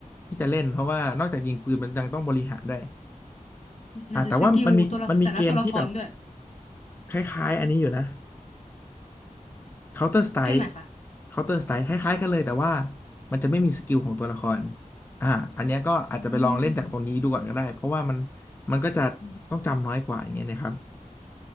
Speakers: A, on the left; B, on the left.
A: ที่จะเล่นเพราะว่านอกจากยิงปืนมันยังต้องบริหารด้วย
B: ไ่นจะสกิลตัวละแต่ละตัวละครด้วย
A: อ่าแต่ว่ามันมีมันมีเกมที่แบบคล้ายๆอันนี้อยู่นะ Counter Strike
B: เกมไหนคะ
A: Counter Strike คล้ายๆกันเลยแต่ว่ามันจะไม่มีสกิลของตัวละครอ่าอันเนี้ยก็อาจจะไปลองเล่นจากตรงนี้ดูก่อนก็ได้เพราะว่ามัน
B: อืม
A: มันก็จะต้องจำน้อยกว่าอย่างเงี้ยนะครับ
B: อืม